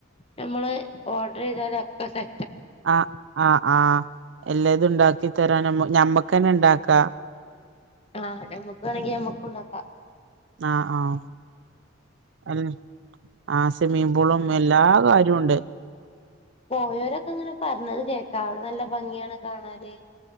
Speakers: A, on the left (about 30°); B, on the right (about 65°).
A: നമ്മള് ഓർഡർ ചെയ്താല ഒക്കെ സെ
B: ആ ആഹ് ആഹ് എല്ലാതും ഉണ്ടാക്കി തരാനും ഞമ്മക്കന്നെ ഉണ്ടാക്കാ
A: ആ ഞമ്മക്ക് വേണെങ്കി ഞമ്മക്കുണ്ടാക്കാം
B: ആഹ് ആഹ് അൽ ആഹ് സ്വിമ്മിംഗ് പൂളും എല്ലാ കാര്യുണ്ട്
A: പോയവരൊക്കെ ഇങ്ങനെ പറഞ്ഞത് കേക്കാ അവിടെ നല്ല ഭംഗിയാണ് കാണാന്